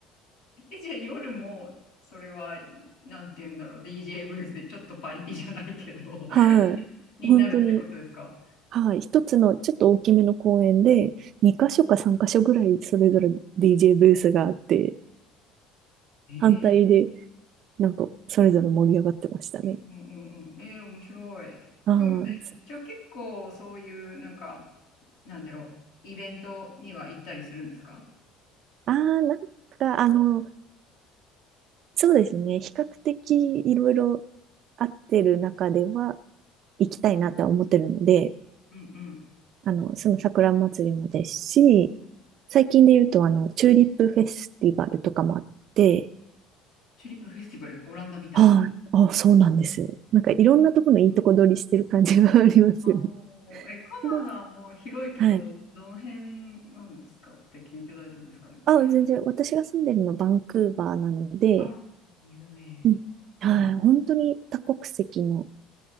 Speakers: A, on the left (about 75°); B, on the right (about 50°).
A: え、じゃあ夜も、それは、なんて言うんだろう。DJ ブースでちょっとパリピじゃないけど、<laughs>
B: はい。
A: になるってことですか
B: 本当に、はい。一つのちょっと大きめの公園で、2箇所か3箇所ぐらいそれぞれ DJ ブースがあって、
A: へ
B: 反対で、なんか、それぞれ盛り上がってましたね。
A: うんうんうんうん。えー、面白い。
B: あ
A: なんかね、じゃあ結構そういう、なんか、なんだろう、イベントには行ったりするんですか
B: あ、ああ、なんか、あの、そうですね。比較的いろいろ合ってる中では行きたいなとは思ってるので、
A: うんうん。
B: あの、その桜祭りもですし、最近で言うと、あの、チューリップフェスティバルとかもあって、
A: チューリップフェスティバル、オランダみたい。
B: はい、あ、そうなんですよ。なんかいろんなところのいいとこ取りしてる感じがありますよね。
A: ああ、え、カナダも広いけど、
B: <laughs> ではい。
A: どの辺なんですかって聞いて大丈夫ですかね、これ。
B: あ、全然、私が住んでるのバンクーバーなので、
A: あ、有名。
B: うん、はい、
A: うん。
B: 本当に多国籍の